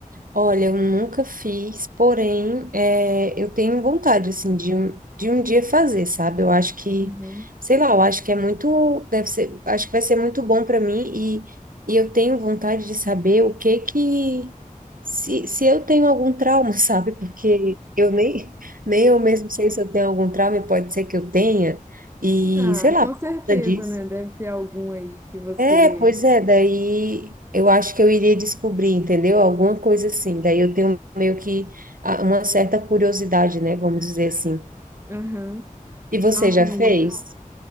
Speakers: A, on the right; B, on the right.
A: Olha, eu nunca fiz, porém, é, eu tenho vontade, assim, de um, de um dia fazer, sabe? Eu acho que,
B: Uhum.
A: sei lá, eu acho que é muito, deve ser, acho que vai ser muito bom para mim e, e eu tenho vontade de saber o que que, se, se eu tenho algum trauma, <laughs> sabe? Porque eu nem, nem eu mesmo sei se eu tenho algum trauma e pode ser que eu tenha, e
B: Ah,
A: sei lá,
B: com
A: por
B: certeza,
A: conta disso.
B: né? Deve ter algum aí que você.
A: É, pois é, daí eu acho que eu iria descobrir, entendeu? Alguma coisa assim. Daí eu tenho meio que a- uma certa curiosidade, né? Vamos dizer assim.
B: Aham.
A: E você
B: Nossa,
A: já
B: menina.
A: fez?